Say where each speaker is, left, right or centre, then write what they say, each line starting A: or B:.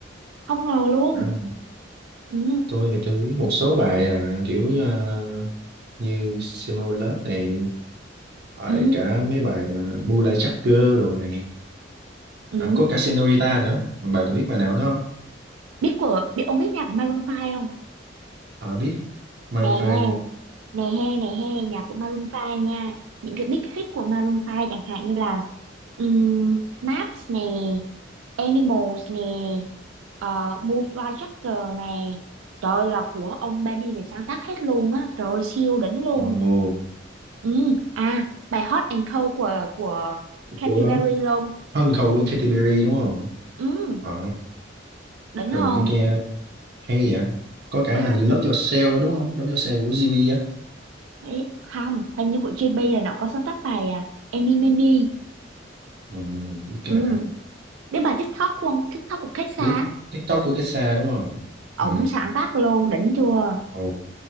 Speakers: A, on the right (about 90°); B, on the right (about 55°).
A: Không ngờ luôn.
B: à,
A: Ừ,
B: tôi thì tôi biết một số bài à, kiểu à, như Simo Love này rồi
A: ừ,
B: cả mấy bài mà Mula Jagger đồ này
A: ừ.
B: à, có cả Senorita nữa bà có biết bài nào đó không
A: biết của biết ông biết nhạc của Maroon 5 không
B: à, biết Maroon
A: nè nghe
B: 5
A: nè he nè he nhạc của Maroon 5 nha những cái big hit của Maroon 5 chẳng hạn như là um, Maps nè Animals nè ờ, Move Like Jagger nè trời ơi, là của ông Benny này sáng tác hết luôn á trời ơi, siêu đỉnh luôn
B: ồ
A: ừ à bài Hot and Cold của của Katy
B: của
A: Perry luôn
B: Hôn Khâu của Katy Perry đúng không
A: ừ
B: à,
A: đỉnh
B: thường
A: không
B: tôi nghe hay vậy có cả
A: à
B: hình như Love Yourself nữa đúng không Love Yourself của GB á
A: thế- không hình như của JB là nó có sáng tác bài à Enemy Me
B: ừ, biết cái
A: Ừ.
B: bài đó
A: Biết bài TikTok của ông, TikTok của Cách xa,
B: biết TikTok của cái xa đúng không
A: Ổng
B: ừ
A: sáng tác luôn, đỉnh chưa?
B: ồ